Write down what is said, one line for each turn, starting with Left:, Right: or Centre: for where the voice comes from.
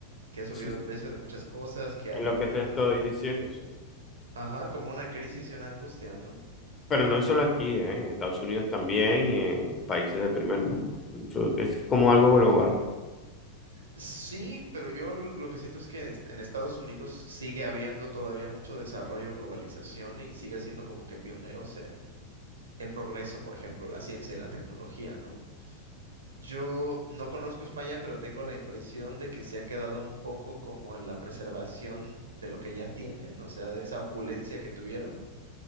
Right: que ha subido
Left: sí, sí.
Right: el precio de muchas cosas, que hay
Left: Es lo
Right: como
Left: que
Right: una,
Left: te estoy diciendo, sí.
Right: ajá, como una crisis y una angustia, ¿no?
Left: Pero no es solo aquí, ¿eh? En Estados Unidos también y en países del primer mundo. Eso es como algo global.
Right: Sí, pero yo l- lo que siento es que est- en Estados Unidos sigue habiendo todavía mucho desarrollo, globalización y sigue siendo como que pioneros en, el progreso, por ejemplo, la ciencia y la tecnología, ¿no? Yo no conozco España, pero tengo la impresión de que se han quedado un poco como en la preservación de lo que ya tienen, o sea, de esa opulencia que tuvieron,